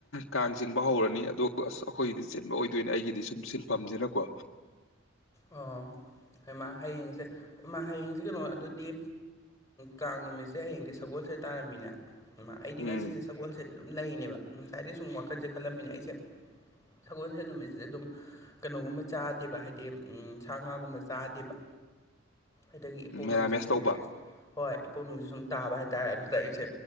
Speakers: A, on the left; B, on the left.
A: ꯀꯥꯡ ꯆꯤꯡꯕ ꯍꯧꯔꯅꯤ ꯑꯗꯨꯒ ꯑ ꯑꯩꯈꯣꯏꯒꯤꯗꯤ ꯆꯤꯟꯕ ꯑꯣꯏꯗꯣꯏꯅꯦ ꯑꯩꯒꯤꯗꯤ ꯁꯨꯝ ꯁꯤꯟꯐꯝꯁꯤꯅꯀꯣ
B: ꯑꯣ ꯍꯩꯃꯥ ꯍꯌꯦꯡꯖꯦ ꯃꯥ ꯍꯌꯦꯡꯁꯤ ꯀꯩꯅꯣ ꯑꯗꯨꯗꯤ ꯀꯥꯡ ꯅꯨꯃꯤꯠꯁꯦ ꯍꯌꯦꯡꯗꯤ ꯁꯒꯣꯜꯁꯦ ꯇꯥꯔꯝꯃꯤꯅꯦ ꯑꯩꯗꯤ
A: ꯎꯝ
B: ꯉꯁꯤꯁꯦ ꯁꯒꯣꯜꯁꯦ ꯑꯗꯨꯝ ꯂꯩꯅꯦꯕ ꯉꯁꯥꯏꯗ ꯁꯨꯝ ꯋꯥꯈꯟꯖꯦ ꯈꯜꯂꯝꯃꯤꯅꯦ ꯑꯩꯁꯦ ꯁꯒꯣꯜꯁꯦꯟ ꯅꯨꯃꯤꯠꯁꯤꯗꯤ ꯑꯗꯨꯝ ꯀꯩꯅꯣꯒꯨꯝꯕ ꯆꯥꯗꯦꯕ ꯍꯥꯏꯗꯤ ꯁꯥ ꯉꯥꯒꯨꯝꯕ ꯆꯥꯗꯦꯕ ꯑꯗꯒꯤ ꯏꯄꯣꯛ
A: ꯃꯦꯔꯥꯃꯦꯁ
B: ꯅꯨꯃꯤꯠꯁꯨ ꯁꯨꯝ
A: ꯇꯧꯕ
B: ꯍꯣꯏ ꯏꯄꯣꯛ ꯅꯨꯃꯤꯠꯁ ꯁꯨꯝ ꯇꯥꯕ ꯍꯥꯏꯇꯥꯔꯦ ꯑꯗꯨꯗ ꯑꯩꯁꯦ